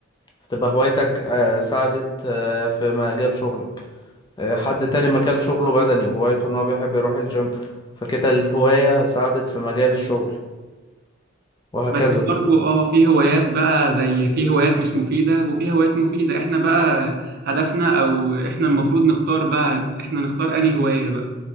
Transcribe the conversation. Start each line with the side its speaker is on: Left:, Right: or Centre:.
Left: فتبقى هوايتك آه، ساعدت آه، في مجال شغلك آه، حد تاني مكان شغله بدني وهوايته ان هو بيحب يروح الجيم فكده الهواية ساعدت في مجال الشغل وهكذا
Right: بس برضو اه في هوايات بقى زي في هوايات مش مفيدة وفي هوايات مفيدة احنا بقى هدفنا او احنا المفروض نختار بقى احنا نختار انهي هواية بقى